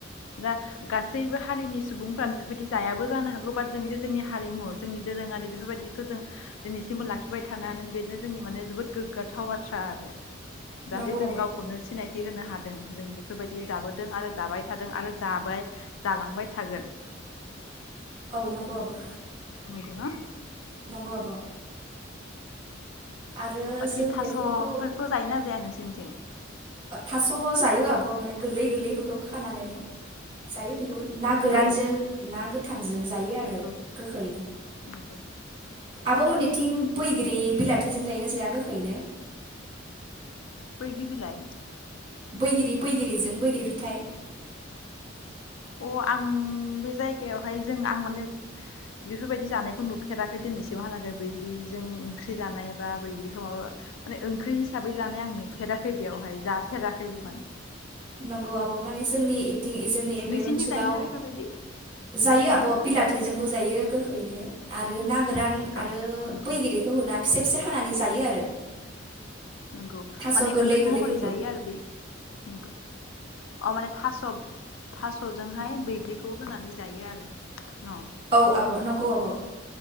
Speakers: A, on the left (about 80°); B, on the right (about 25°).
A: दा गासैबो हारिनि सुबुंफ्रानो बेफोरबायदि जायाबो जानो हागौ बाट जों जे जोंनि हारिमु जोंनि दोरोङारि बेफोरबायदिखौ जों दिनैसिमबो लाखिबाय थानो हादों बेनो जोंनि माने जोबोद गोग्गाथाव बाथ्रा आरो। जाहाथे
B: नंगौ
A: जों
B: आब'
A: गावखौनो सिनायथि होनो हादों जों बेफोरबायदि जाबोदों आरो जाबाय थादों आरो जाबाय जालांबाय थागोन।
B: औ नंगौ आब'।
A: नंगौ ना?
B: नंगौ आब'। आरो
A: बाखि
B: जों
A: थास'फोरखौ
B: बेफोरखौ
A: जायोना जाया नों सिनथिं?
B: थास' जायो आब'। माने गोरलै गोरलैफोर खौ खानानै जायो। बेहुद ना गोरानजों,
A: औ
B: ना गोथांजों जायो आरो
A: नंगौ
B: गोखैयैनो।
A: नंगौ
B: आब'मोननि थिं
A: बिथिं
B: बैग्रि बिलाथि जों जायोनो जाया गोखैनो?
A: बैग्रि बिलाइ
B: बैग्रि बैग्रिजों बैग्रि फिथाइ।
A: अ आं बे जायगायावहाय जों आं माने बेफोरबायदि जानायखौ नुफेराखै दिनैसिमहालागै बैग्रिजों ओंख्रि जानाय बा बैग्रिखौ माबा माने ओंख्रि हिसाबै जानाय आं नुफेराखै बेयावहाय जाफेराखैबो माने।
B: नंगौ आब' माने जोंनि थिं जोंनि
A: नोंसिनिथिं
B: बे ओनसोलाव
A: जायोना बेफोरबायदि
B: जायो
A: औ
B: आब' बिलाथि जों। बोजायो गोखैनो आरो ना गोरान
A: औ
B: आरो
A: नंगौ
B: बैगिरिखौ होना फिसा फिसा हानानै जायो आरो।
A: नंगौ
B: थास'
A: माने
B: गोरलै
A: ओंख्रि
B: गोरलैफोरखौ
A: महरै जायो आरो बे नंगौ। अ माने थास' थास'जोंहाय बैग्रिखौ होनानै जायो आरो न'।
B: औ आब' नंगौ आब'।